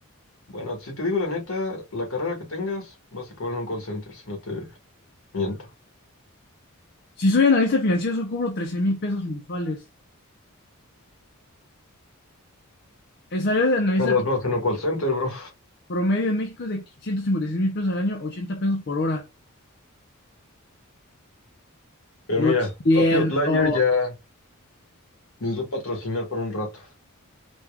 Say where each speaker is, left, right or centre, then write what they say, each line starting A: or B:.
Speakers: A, on the left; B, on the left.
A: Bueno, si te digo la neta, la carrera que tengas, vas a acabar en un call center, si no te miento.
B: Si soy analista financiero, solo cobro trece mil pesos mensuales. El salario de analista
A: Ganas
B: fi-
A: más en un call center, bro.
B: promedio en México es de ciento cincuenta y seis mil pesos al año, 80 pesos por hora.
A: Pero
B: No
A: mira,
B: es cierto.
A: Papi Outlier ya nos va a patrocinar por un rato.